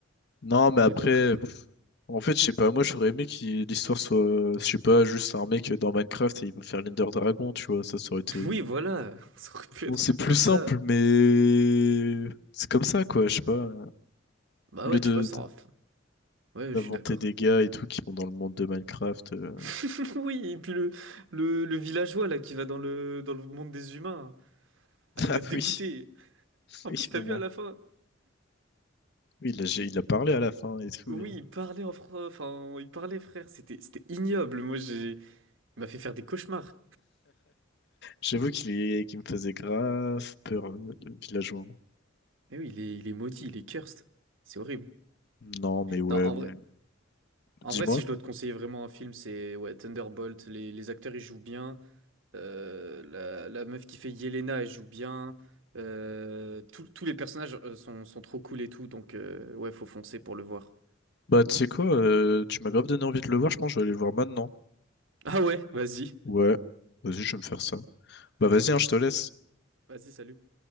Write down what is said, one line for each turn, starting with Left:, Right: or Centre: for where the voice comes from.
Left: Non, mais après
Right: On est d'accord. <laughs>
Left: En fait, je sais pas, moi j'aurais aimé que l'histoire soit, euh, je sais pas, juste un mec dans Minecraft et il va faire l'Ender Dragon, tu vois, ça, ça aurait été...
Right: Oui, voilà. Ça aurait pu
Left: Bon,
Right: être
Left: c'est
Right: un truc
Left: plus
Right: comme
Left: simple,
Right: ça.
Left: mais c'est comme ça, quoi, je sais pas.
Right: Bah
Left: Au lieu
Right: ouais,
Left: de,
Right: tu vois, ça
Left: de-
Right: aura... Ouais,
Left: d'inventer
Right: je suis d'accord.
Left: des gars et tout qui vont dans le monde de Minecraft... euh,
Right: <laughs> Oui, et puis le, le, le villageois, là, qui va dans le, dans le monde des humains.
Left: <laughs>
Right: Ah, il
Left: Ah
Right: m'a dégoûté.
Left: oui,
Right: En
Left: oui,
Right: plus, t'as
Left: vraiment.
Right: vu à la fin.
Left: Oui, il a, j'ai- il a parlé à la fin et tout.
Right: Oui,
Left: et
Right: il parlait en français. Enfin, il parlait, frère. C'était, c'était ignoble. Moi, j'ai... Il m'a fait faire des cauchemars.
Left: J'avoue qu'il est, qu'il me faisait grave peur, euh, le villageois.
Right: Mais oui, il est, il est maudit, il est cursed. C'est horrible.
Left: Non, mais ouais,
Right: Non, en
Left: m-
Right: vrai. En
Left: dis-moi.
Right: vrai, si je dois te conseiller vraiment un film, c'est ouais, Thunderbolt. Les, les acteurs, ils jouent bien. Euh, la, la meuf qui fait Yelena, elle joue bien. Euh, tous tous les personnages euh, sont, sont trop cool et tout. Donc, euh, ouais, faut foncer pour le voir.
Left: Bah, tu sais quoi, euh, tu m'as grave donné envie de le voir, je pense que je vais aller le voir maintenant.
Right: Ah ouais, vas-y.
Left: Ouais, vas-y, je vais me faire ça. Bah vas-y, hein, je te laisse.
Right: Vas-y, salut.